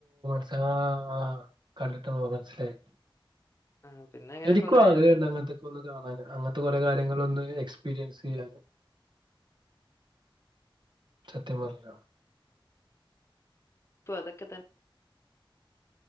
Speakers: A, on the right (about 60°); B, on the left (about 30°).
A: ആഹ് കണ്ടിട്ട്ണ്ട് മനസ്സിലായി
B: ആ, പിന്നെ അങ്ങനെ
A: എനിക്കും
B: കൊറെ
A: ആഗ്രഹംണ്ട് അങ്ങനത്തെ ക്കൊന്ന് കാണാന് അങ്ങനത്തെ കൊറെ കാര്യങ്ങൾ ഒന്ന് എക്സ്പീരിയൻസ് ചെയ്യാന് സത്യം പറഞ്ഞ
B: പ്പൊ അതൊക്കെത്തന്നെ